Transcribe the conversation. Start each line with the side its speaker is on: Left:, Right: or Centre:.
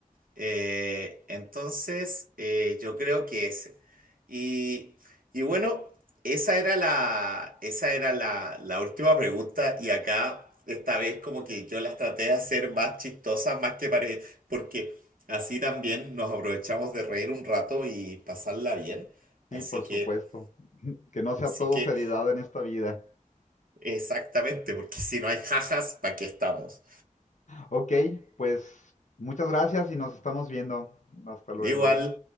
Right: Eh, entonces, eh, yo creo que ese. Y, y bueno, esa era la, esa era la, la última pregunta y acá, esta vez como que yo las traté de hacer más chistosas, más que pare, porque así también nos aprovechamos de reír un rato y pasarla bien.
Left: Sí,
Right: Así
Left: por
Right: que,
Left: supuesto, <laughs> que no sea
Right: así
Left: todo
Right: que,
Left: seriedad en esta vida.
Right: exactamente, porque si no hay jajas, ¿para qué estamos?
Left: Ok, pues muchas gracias y nos estamos viendo. Hasta luego.
Right: Igual.